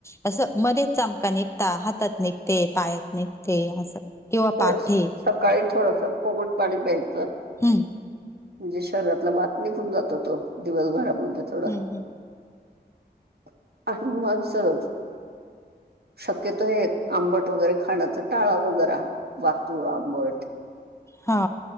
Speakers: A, on the left (about 15°); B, on the right (about 65°).
A: अस मध्येच चमका निघ ता हातात निघते, पायात निघते, असं किंवा
B: थोड
A: पाठीेत
B: सकाळी थोडसं कोमट पाणी प्यायचं.
A: हम्म.
B: म्हणजे शरीरातला वात निघून जातो तो, दिवसभरामध्ये थोडा.
A: हम्म हम्म
B: आपली <unintelligible> शक्यतो, हे आंबट वगैरे खाण्याचा टाळाव जरा. <unintelligible> आंबट.
A: हा.